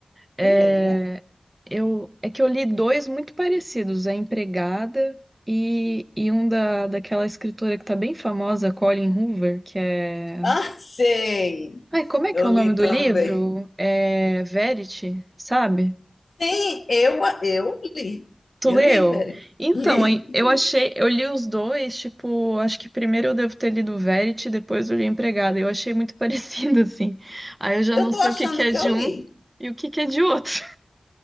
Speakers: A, on the right; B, on the left.
A: É,
B: E é, né?
A: eu, é que eu li dois muito parecidos, A Empregada e, e um da, daquela escritora que tá bem famosa, Colleen Hoover, que é...
B: Ah, sei,
A: Ai, como é
B: eu
A: que é
B: li
A: o nome do
B: também.
A: livro? É Verity, sabe?
B: Sim, eu, eu li,
A: Tu
B: eu
A: leu?
B: li, Veri,
A: Então,
B: li.
A: aí, eu achei, eu li os dois, tipo, acho que primeiro eu devo ter lido Verity, depois eu li Empregada. Eu achei muito <laughs> parecido, assim. Aí eu já
B: Eu
A: não
B: estou
A: sei
B: achando
A: o que que é
B: que
A: de
B: eu
A: um
B: li.
A: e o que que é de outro.